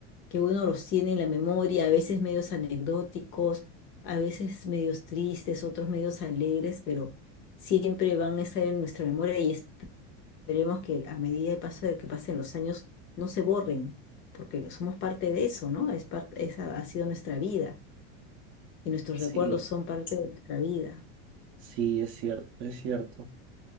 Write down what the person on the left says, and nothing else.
que uno los tiene en la memoria, a veces medios anecdóticos, a veces medios tristes, otros medios alegres, pero siempre van a estar en nuestra memoria y Esperemos que a medida de paso de que pasen los años no se borren, porque somos parte de eso, ¿no? Es parte, esa ha sido nuestra vida y nuestros
recuerdos son parte de nuestra vida.